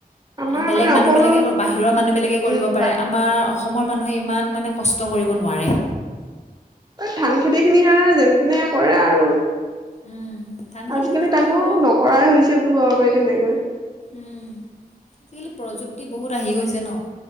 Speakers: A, on the right; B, on the left.
A: আমাৰ
B: বেলেগ
A: মানে
B: মানুহবিলাকে
A: অকল
B: বাহিৰৰ মানুহবিলাকে কৰিব
A: উম
B: পাৰে। আমাৰ অসমৰ মানুহে ইমান মানে কষ্ট কৰিব নোৱাৰে।
A: ধান খেতিখিনিৰ কাৰণে যেনে তেনে কৰে আৰু।
B: উম ধান খেতিখিনি
A: আজিকালি তাকো
B: কৰিব
A: নকৰাই হৈছে, বুলি কব পাৰি তেনেকৈ।
B: উম, আজিকালি প্ৰযুক্তি বহুত আহি গৈছে ন।